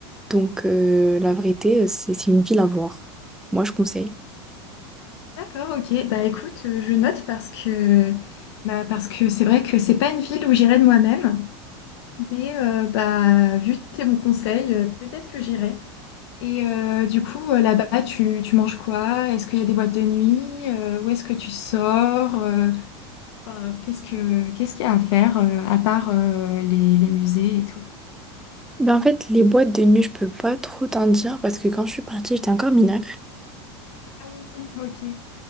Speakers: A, in the centre; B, on the left.
A: Donc euh, la vérité, euh, c'est c'est une ville à voir. Moi, je conseille.
B: D'accord, ok. Bah écoute, euh, je note parce que, bah, parce que c'est vrai que c'est pas une ville où j'irais de moi-même. Mais euh, bah, vu tes bons conseils, euh, peut-être que j'irai. Et euh, du coup, euh, là-bas, tu, tu manges quoi? Est-ce qu'il y a des boîtes de nuit? Euh, où est-ce que tu sors? Euh, enfin, qu'est-ce que, qu'est-ce qu'il y a à faire euh, à part euh, les, les musées et tout?
A: Ben en fait, les boîtes de nuit, je peux pas trop t'en dire parce que quand je suis partie, j'étais encore mineure.
B: Ah oui, ok. Les